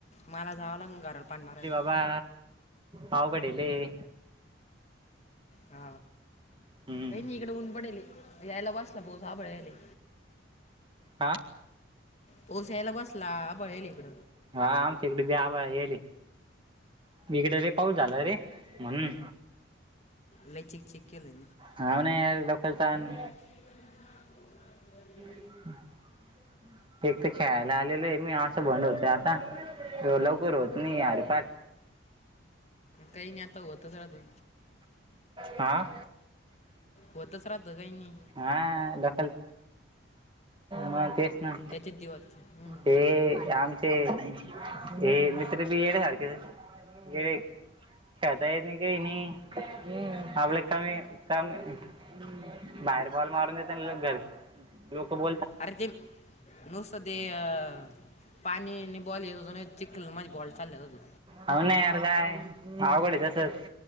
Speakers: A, on the left (about 35°); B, on the right (about 25°).
A: माला जाव लागन घराला पाणी मारयला.
B: वा. आवघड आहे लय.
A: आ,
B: हम्म
A: कयी, नयी इकडे ऊन पडेल हे यायला बसला पाऊस आभाळ यायेल हे.
B: हा.
A: पाऊस यायला बसला आभाळ येल हे इकड.
B: हा आमच्याइकडं बी आबाळ येले हे इकडे लई पाऊस झाला रे. म्हणून.
A: लय चिक, चिक केलय.
B: हाव ना यार डोक्याला ताण.
A: <inaudible>
B: <inaudible> एक तर खेळायला आलेलोय मी अस भंडवतय आता हे लवकर होत नाही यार बा
A: काही नायी आता होतच राहात.
B: आ.
A: होतच राहतं कायी, नायी.
B: हा दखल म तेचना
A: त्याचे दिवस हम्म.
B: ते आम‌ ‌ ते, ते मित्र बी येड्यासारखेच हेत येडे खेळता येत नायी कायी, नायी आपल कमी काम बाहेर बॉल मारून येतोना लगे घरी लोक बो
A: आरे ती, नोसते अ पाणी अणि बॉल यौजुने चिक्कल मंदी बॉल चालल्या जातो.
B: हाव ना यार काय आवघड तसं